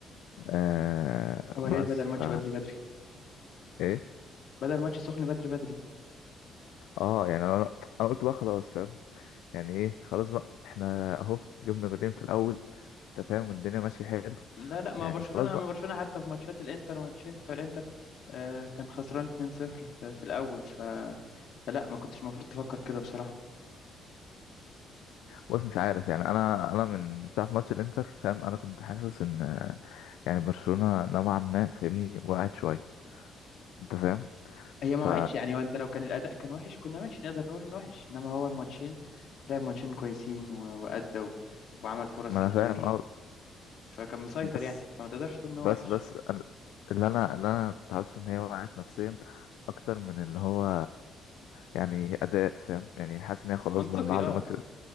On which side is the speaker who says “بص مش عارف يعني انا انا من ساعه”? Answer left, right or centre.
Left